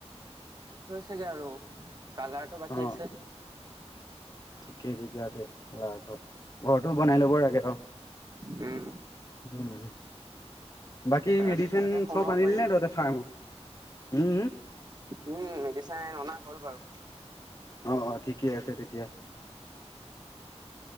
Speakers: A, on the right; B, on the left.
A: চাগে আৰু কালাৰটো বাকী
B: অ
A: আছে
B: এই তেতিয়াতে আগত ঘৰটো বনাই ল'ব লাগে অ
A: উম।
B: উম। বাকী
A: তাৰ
B: মেডিচিন
A: পিছতে সোমাব
B: চব আনিলি
A: পাৰিম
B: নে
A: আৰু
B: তহতে ফাৰ্ম উম উম।
A: উম মেডিচাইন অনা হ'ল বাৰু।
B: অ -অ ঠিকেই আছে তেতিয়া